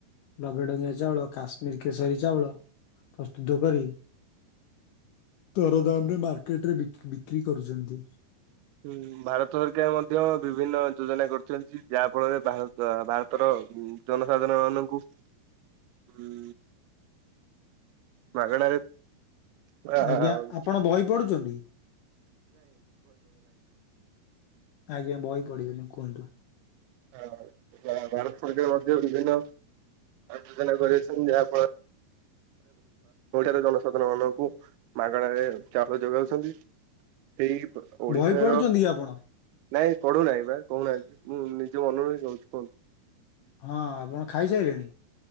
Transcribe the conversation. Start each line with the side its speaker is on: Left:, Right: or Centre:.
Left: ଲବେ ଟଙ୍କିଆ ଚାଉଳ, କାଶ୍ମୀର କେଶରୀ ଚାଉଳ, ପ୍ରସ୍ତୁତ କରି ଦରଦାମ୍ ରେ ମାର୍କେଟ ରେ ବିକ୍ରି କରୁଛନ୍ତି।
Right: ହଁ ଭାରତ ସରକାର ମଧ୍ୟ ବିଭିନ୍ନ ଯୋଜନା କରିଛନ୍ତି। ଯାହା ଫଳରେ, ଭାରତର ଜନସାଧାରଣ ମାନଙ୍କୁ ହୁଁ। ମାାଗଣାରେ। <unintelligible>
Left: ଆଜ୍ଞା ଆପଣ ବହି ପଢୁଛନ୍ତି? ଆଜ୍ଞା, ବହି ପଢିବିନି କୁହନ୍ତୁ।
Right: ଭାରତ ସରକାର ମଧ୍ୟ ବିଭିନ୍ନ ଯୋଜନା କରିଛନ୍ତି। ଯାହାଫଳରେ ଓଡିଶାର ଜନସାଧାରଣ ମାନଙ୍କୁ ମାଗଣାରେ ଚାଉଳ ଯୋଗାଉଛନ୍ତି। ସେଇ ଓଡିଶାର।
Left: ବହି ପଢୁଛନ୍ତି କି ଆପଣ?
Right: ନାଇଁ ପଢୁନାହିଁ ବା କହୁନାହାନ୍ତି। ମୁଁ ନିଜ ମନରୁ ହିଁ କହୁଛି କୁହନ୍ତୁ।
Left: ହଁ ଆପଣ ଖାଇସାରିଲେଣି?